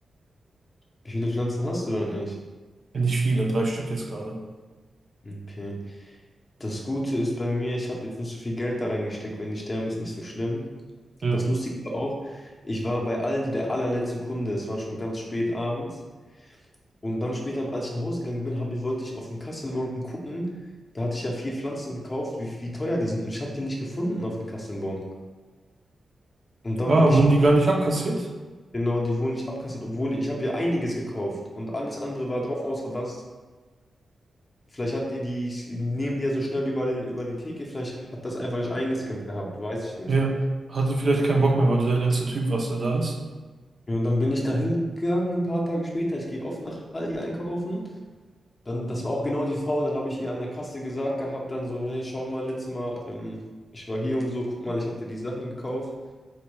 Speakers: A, on the left (about 30°); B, on the right (about 40°).
A: Wie viele Pflanzen hast du eigentlich?
B: Ja, Nicht viele, drei Stück jetzt gerade.
A: Okay. Das Gute ist bei mir, ich habe jetzt nicht so viel Geld da reingesteckt. Wenn die sterben, ist nicht so schlimm.
B: Ja.
A: Das Lustige war auch, ich war bei Aldi der allerletzte Kunde. Es war schon ganz spät abends. Und dann später, als ich nach Hause gegangen bin, hab ich, wollte ich auf den Kassenbon gucken. Da hatte ich ja vier Pflanzen gekauft, wie, wie teuer die sind. Und ich habe die nicht gefunden auf dem Kassenbon. Und dann
B: Ah,
A: bin ich
B: wurden die gar nicht abkassiert?
A: Genau, die wurden nicht abkassiert, obwohl ich, ich habe ja einiges gekauft und alles andere war drauf, außer das. Vielleicht hat die, die nehmen die ja so schnell über die, über die Theke, vielleicht hat das einfach nicht eingescannt gehabt, weiß ich nicht.
B: Ja. Hatte vielleicht keinen Bock mehr, weil du der letzte Typ warst, der da ist.
A: Ja, und dann bin ich da hingegangen ein paar Tage später. Ich gehe oft nach Aldi einkaufen. Dann, das war auch genau die Frau. Dann habe ich ihr an der Kasse gesagt gehabt, dann so, hey, schau mal, letztes Mal, ähm, ich war hier und so, guck mal, ich hatte die Sachen gekauft.